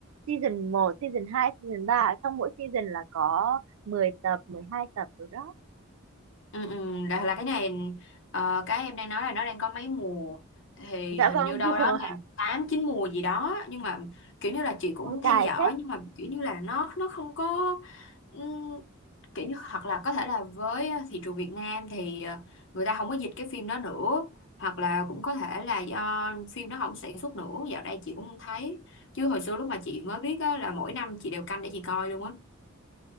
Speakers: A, on the right (about 75°); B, on the left (about 60°).
A: season 1, season 2, season ba Trong mỗi season là có 10 tập, 12 tập rồi đó.
B: Ừ, ừ, là, là cái này ờ, cái em đang nói là nó đang có mấy mùa thì
A: Dạ
B: hình
A: vâng,
B: như đâu
A: <laughs>
B: đó
A: mùa
B: là tám chín mùa gì đó nhưng mà kiểu như là chị cũng
A: Ôi, dài
B: theo dõi
A: thế.
B: nhưng mà kiểu như là nó nó không có ừm, kiểu như hoặc là có thể là với thị trường Việt Nam thì ờ, người ta không có dịch cái phim đó nữa hoặc là cũng có thể là do phim nó không sản xuất nữa dạo đây chị cũng không thấy chứ hồi xưa lúc mà chị mới biết á, là mỗi năm chị đều canh để chị coi luôn á